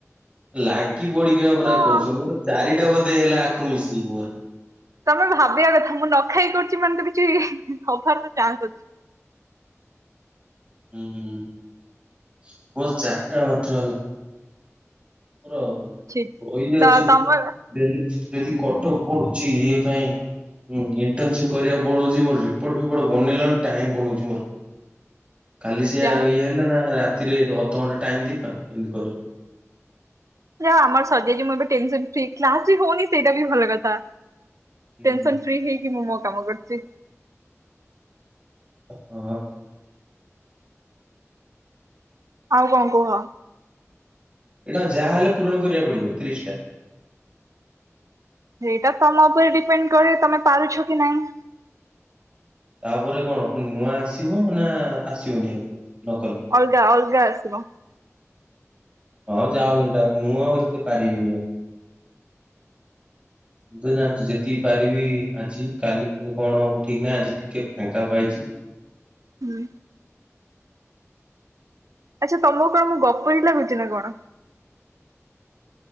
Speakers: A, on the right (about 25°); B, on the right (about 85°).
A: ଲାଗି ପଡିକିନା ପୁରା
B: ହଁ।
A: କରୁଛ ମୋର ଚାରିଟା ବୋଧେ ହେଲା ଆଖକୁ ମିଶିକି ମୋର।
B: ତମେ ଭାବିବା କଥା ମୁଁ ନ ଖାଇ କରୁଛି ମାନେ ତ କିଛି ହବାର ତ ଚାନ୍ସ ଅଛି।
A: ହୁଁ ମୋର ଚାରିଟା ମାତ୍ର ହେଲା। ମୋର
B: ଅଛି।
A: ରହି ଯାଉଛି।
B: ତ ତମର
A: ଡେଲି ଡେଲି କଟକ ପଡୁଛି ଇଏ ପାଇଁ। ହୁଁଇଣ୍ଟର୍ନସିପ କରିବାକୁ ପଳଉଛି ମୋର ରିପୋର୍ଟ ଫିପୋଟ ବନେଇଲା ବେଳକୁ ଟାଇମ ପଳଉଛି ମୋର। କାଲି ସେ ଇଏ
B: ଯାହା ହଉ
A: ହେଲା ନା ରାତିରେ ଅଧଘଣ୍ଟା ଟାଇମ ଦେଇପାରୁନି ଏମିତି କହିଲି।
B: ଯ ଆମର ସଜା ମୁଁ ଏବେ ଟେନସ ଫି କ୍ଲାସ ବି ହଉନି ସେଇଟା ବି ଭଲ କଥା।
A: ହୁଁ
B: ଟେନସନ ଫ୍ରି ହେଇକି ମୁଁ ମୋ କାମ କରୁଚି।
A: ହଁ।
B: ଆଉ କଁ କୁହ?
A: ଏଇଟା କଁ ଯାହାହେଲେ ପୂରଣ କରିବାକୁ ପଡିବ ତିରିଶିଟା?
B: ସେଇଟା ତମ ଉପରେ ଡିପେଣ୍ଡ କରେ ତମେ ପାରୁଛ କି ନାଇଁ।
A: ତାପରେ କଣ ପୁଣି ନୂଆ ଆସିବ ନା ଆସିବନି ଆଉ ନକଲେ?
B: ଅଲ୍ଗା ଅଲ୍ଗା ଆସିବ।
A: ହଁ ଯାଉ ଏଇଟା ମୁଁ ଆଉ ଏତେ ପାରିବିନି। ମୁଁ ତ ଜାଣିଛି ଯେତିକି ପାରିବି ଆଜି କାଲି ପୁଣି କଣ ହବ ଠିକ ନାହିଁ ଆଜି ଟିକେ ଫାଙ୍କା ପାଇଛି।
B: ହୁଁ। ଆଚ୍ଛା ତମକୁ କଣ ମୁଁ ଗପୁରି ଲାଗୁଛି ନା କଣ?